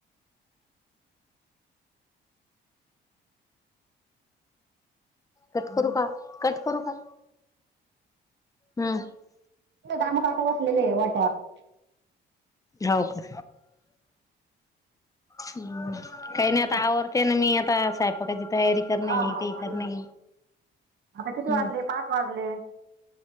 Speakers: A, on the left (about 15°); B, on the right (about 65°).
A: कट करू का? कट करू का? हम्म
B: दामू काका बसलेले आहे वोट्यावर.
A: हाव का, काही
B: एक मिनिट
A: नाही आता आवर ते ना मी आता स्वयंपाक पडायची तयारी. करणे
B: हा,
A: काही
B: झालं
A: करणे
B: आता किती
A: हम्म
B: वाजले पाच वाजले.